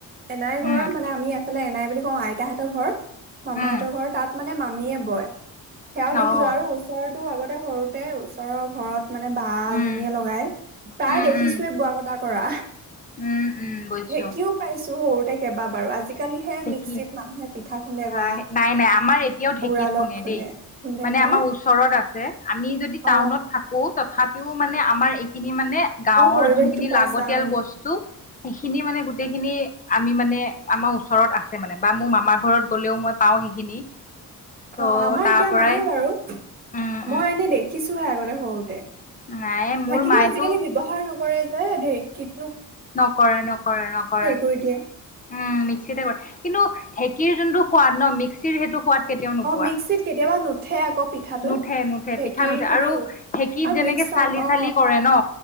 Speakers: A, on the right; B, on the left.
A: এনাইৰ
B: উম,
A: ঘৰৰ মানে আমি এ ফলে এনাই বুলি কওঁ আইতাহঁতৰ ঘৰ মামাহঁতৰ
B: উম,
A: ঘৰ তাত মানে মামীয়ে বয়। সেয়াও
B: অ',
A: দেখিছো আৰু ওচৰৰতো আগতে সৰু ওচৰৰ ঘৰত মানে বা এজনী।
B: উম,
A: প্ৰায়
B: উম,
A: দেখিছো
B: উম,
A: বোৱা কটা কৰা।
B: উম, উম, বুজিছো
A: ঢেঁকীও পাইছো। সৰুতে কেবা বাৰু আজি আজিকালিহে
B: ঢেঁকী
A: মিক্সিত মানুহে পিঠা খুন্দে
B: হা
A: বা
B: নাই নাই আমাৰ এতিয়াও ঢেঁকীত
A: উৰালত খুন্দে
B: দেই।
A: খুন্দে।
B: মানে আমাৰ
A: ন
B: ওচৰত আছে আমি যদি
A: অ
B: টাউনত থাকো তথাপ - ও মানে আমাৰ এইখিনি মানে গাঁৱৰ
A: অ পৰিৱেশটো
B: যোনখিনি
A: পাইছা
B: লাগতিয়াল
A: অ
B: বস্তু সেইখিনি মানে গোটেইখিনি আমি মানে আমাৰ ওচৰত আছে মানে বা মোৰ মামাৰ ঘৰত গ'লেও মই পাওঁ সেইখিনি। ত'
A: অঁ আমাৰ
B: তাৰ
A: এতিয়া
B: পৰাই
A: নাই বাৰু
B: উম উম
A: মই এনে দেখিছোহে আগতে সৰুতে।
B: নাই মোৰ
A: থাকিলেও
B: মায়েতো
A: আজিকালি ব্যৱহাৰ নকৰে যে ঢেৰ
B: নকৰে নকৰে নকৰে,
A: কৰি দিয়ে
B: উম মিক্সিতে কৰে। কিন্তু ঢেঁকীৰ যোনটো সোৱাদ ন মিক্সিৰ সেইটো সোৱাদ কেতিয়াও নোপোৱা।
A: অঁ মিক্সিত কেতিয়াবা নুঠে আকৌ। পিঠাটো।
B: নুঠে নুঠে
A: ঢেঁকীৰ
B: পিঠা নুঠে
A: খিনি
B: আৰু ঢেঁকীত
A: আৰু
B: যেনেকে
A: মিক্স চল
B: চালি
A: অ।
B: চালি কৰে ন